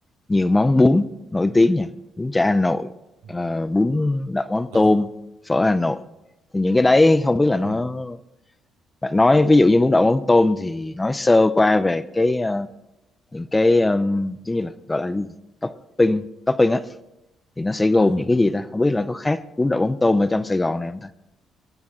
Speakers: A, on the left; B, on the right.
A: nhiều món bún nổi tiếng nha, bún chả Hà Nội,
B: Ừ.
A: ờ, bún đậu mắm
B: đó
A: tôm, phở Hà Nội. Thì những cái đấy không biết là nó
B: ừ.
A: bạn nói ví dụ như bún đậu mắm tôm thì nói sơ qua về cái ờ, những cái ờ, giống như là gọi là gì? topping, topping thì nó sẽ gồm
B: à.
A: những cái gì ta không biết là có khác bún đậu mắm tôm ở trong Sài Gòn này không ta